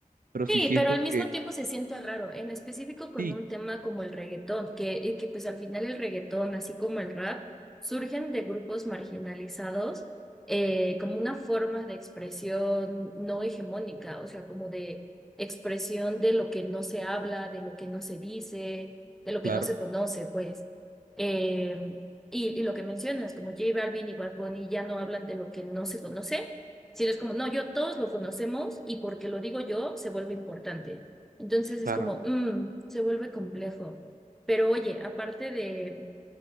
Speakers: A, on the right (about 80°); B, in the centre.
A: pero sí
B: Sí,
A: siento
B: pero al mismo
A: que
B: tiempo se siente raro, en específico con
A: sí,
B: un tema como el reggaetón, que, y que pues al final el reggaetón, así como el rap, surgen de grupos marginalizados eh, como una forma de expresión no hegemónica, o sea, como de expresión de lo que no se habla, de lo que no se dice, de lo que
A: claro,
B: no se conoce, pues. Eh, y, y lo que mencionas, como J Balvin y Bad Bunny ya no hablan de lo que no se conoce Sino es como, no, yo todos lo conocemos y porque lo digo yo se vuelve importante. Entonces es
A: claro.
B: como, mm, se vuelve complejo. Pero oye, aparte de,